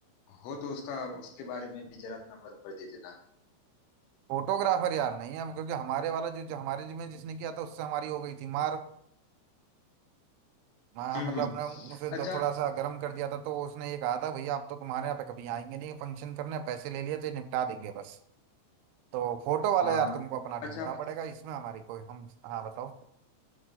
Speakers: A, on the left; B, on the right.
A: हो तो उसका उसके बारे में भी जरा नंबर नंबर दे देना
B: फोटोग्राफर यार नहीं है हम क्योंकि हमारे वाला जो, जो हमारे जिम्मे जिसने किया था उससे हमारी हो गई थी मार मैं-
A: हम्म
B: मतलब
A: हम्म
B: हमने उसे
A: अच्छा
B: दो- थोड़ा सा गर्म कर दिया था तो उसने ये कहा था भैया आप तो तुम्हारे यहाँ पे कभी आएंगे नहीं फंक्शन करने पैसे ले लिए तो ये निपटा देंगे बस तो फोटो वाला
A: हाँ
B: यार तुमको अपना
A: अच्छा
B: ढूंढना पड़ेगा इसमें हमारी कोई हम हाँ बताओ